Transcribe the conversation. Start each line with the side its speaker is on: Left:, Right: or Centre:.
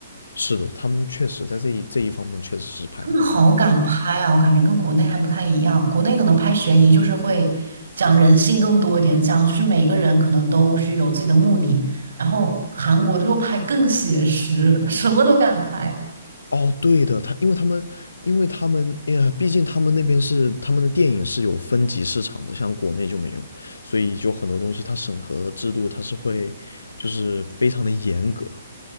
Left: 是的，他们确实在这一这一方面确实是拍的很好。
Right: 他们好敢拍啊，我感觉跟国内还不太一样。国内可能拍悬疑就是会讲人性更多一点，讲就是每个人可能都是有自己的目的。然后韩国就拍更写实，<laughs> 什么都敢拍。
Left: 哦，对的，他因为他们，因为他们，哎呀，毕竟他们那边是他们的电影是有分级市场的，像国内就没有，所以就很多东西它审核制度它是会就是非常的严格，